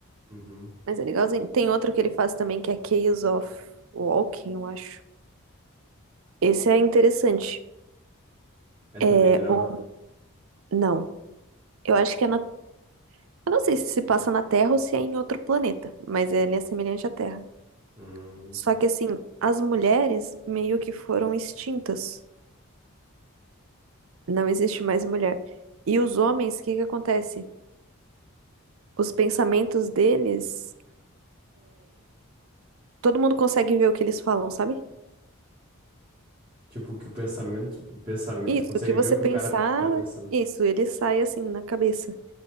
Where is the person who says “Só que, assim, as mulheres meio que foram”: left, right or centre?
Right